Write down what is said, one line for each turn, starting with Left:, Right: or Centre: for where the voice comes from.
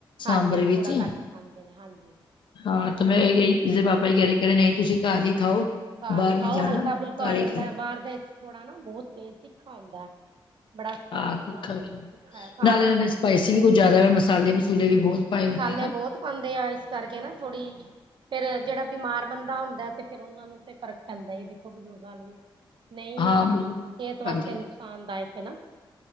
Right: ਹਾਂਜੀ
Left: ਸਾਂਬਰ ਵਿੱਚ
Right: ਥੋੜਾ ਘੱਟ ਖਾਂਦੇ ਨੇ ਹਾਂਜੀ।
Left: ਹਾਂ
Right: ਬਸ ਇਸ-
Left: ਤੇ ਮੈਂ ਇਹ ਦੇ ਪਾਪਾ ਜੀ ਕਹਿ ਰਹੇ ਨੇ ਨਹੀਂ ਤੁਸੀਂ ਘਰ ਹੀ ਖਾਓ।
Right: ਘਰ
Left: ਬਾਹਰ
Right: ਹੀ ਖਾਓ
Left: ਨਹੀਂ ਜਾਣਾ,
Right: ਹਲਕਾ ਫੁਲਕਾ
Left: ਘਰ
Right: ਹੋ
Left: ਹੀ
Right: ਜਾਂਦਾ।
Left: ਖਾਓ।
Right: ਬਾਹਰ ਦੇ ਥੋੜਾ ਨਾ ਬਹੁਤ ਤੇਜ਼ ਤਿੱਖਾ ਹੁੰਦਾ ਹੈ। ਬੜਾ ਸਪਾਈਸੀ
Left: ਹਾਂ, ਤਿੱਖਾ
Right: ਬਣਾਉਂਦੇ
Left: ਵੀ
Right: ਨੇ ਬਹੁਤ ਤਿੱਖਾ। ਖਾ
Left: ਨਾਲੇ
Right: ਰਹਾ।
Left: ਇਹਨਾਂ ਨੇ ਸਪਾਈਸੀ ਵੀ ਕੁਝ ਜ਼ਿਆਦਾ ਵ ਮਸਾਲੇ ਮਸੂਲੇ ਵੀ ਬਹੁਤ। ਪਾਏ
Right: ਜੀ ਮਸਾਲੇ
Left: ਹੁੰਦੇ ਆ ਨਾ।
Right: ਬਹੁਤ ਪਾਉਂਦੇ ਆ ਇਸ ਕਰਕੇ ਨਾ ਥੋੜੀ ਜ। ਫਿਰ ਜਿਹੜਾ ਬਿਮਾਰ ਬੰਦਾ ਹੁੰਦਾ ਤੇ, ਫਿਰ ਉਹਨਾ ਨੂੰ ਤੇ ਫ਼ਰਕ ਪੈਂਦਾ ਦੇਖੋ ਬਜ਼ੁਰਗਾਂ ਨੂੰ ਨੇ। ਨਹੀਂ
Left: ਹਾਂ,
Right: ਸਿਹਤ
Left: ਖਾਂਦੇ
Right: ਵਾਸਤੇ
Left: ਹੀ ਆ।
Right: ਨੁਕਸਾਨਦਾਇਕ ਹੈ ਨਾ।